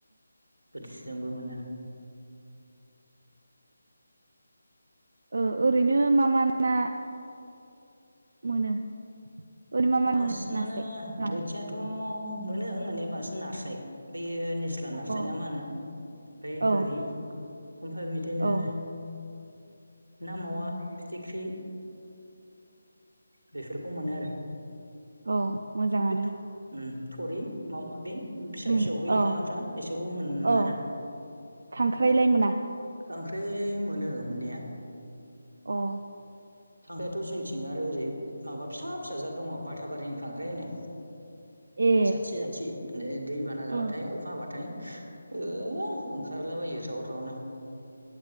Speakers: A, on the right; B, on the right.
A: बोरसिजोंबो मोनो।
B: ओ ओरैनो मा मा ना मोनो? ओरैनो मा मा
A: बांसिनानो
B: मोनो नास्राय ना
A: बोथियाथ मोनो मोननाया बांसिन नास्राय बियो निस्ला
B: अ
A: नारस्राय
B: औ
A: ना मा होनो ओमफाय
B: औ
A: गोरि ओमफाय बिदिनो
B: औ
A: ना मावा फिथिख्रि बेफोरखौ मोनो आरो।
B: औ मोजाङानो।
A: बे थरि माबा माबि फिसा
B: उम
A: फिसौ बे
B: अ
A: नाफ्रा बिसोरखौ मोनो
B: औ
A: आरो।
B: खांख्राइलाय मोना
A: खांख्राय मोनो मोननाया
B: अह
A: खांख्रायाथ जोंथिं आरो ओरै माबा फिसा फिसा जा दङ माबा बाथाबारिनि खांख्राय होनो
B: ए
A: जाथि जाथि दैबाना जाबाथाय
B: औ
A: अखा हाबाथाय ओह ओंखारलाबायो ज्राव जावनो